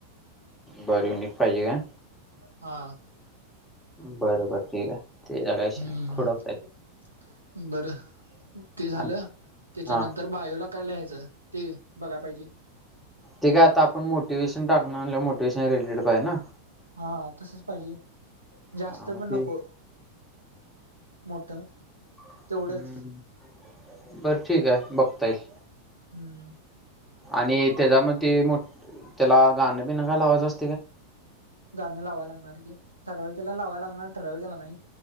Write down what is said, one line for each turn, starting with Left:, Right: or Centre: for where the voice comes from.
Centre: बर नीट पाहिजे का?
Right: हा,
Centre: बरं बरं ठीक आहे ते जगायचं
Right: हम्म.
Centre: नाही थोडं
Right: बरं ते झालं
Centre: आणि
Right: त्याच्यानंतर
Centre: हां
Right: बायोला काय ल्याहचं ते बघा पाहिजे.
Centre: ते काय आता आपण मोटिवे्शन टाकणं म्हणल्याव मोटिवेशन रेड रिड पाये ना.
Right: हा तसच पाहिजे. जास्त
Centre: हां मग
Right: पण
Centre: ते
Right: नको. मोठं.
Centre: हम्म,
Right: तेवढंच
Centre: बर ठीक आहे बघता येईल.
Right: हम्म
Centre: आणि त्याच्यामधे ते मोठ त्याला गाणं बिणं काय लावायचं अस
Right: गाण लावायला लागणार की, ठराविक येला लावायला लागणार ठराविक याला नाही.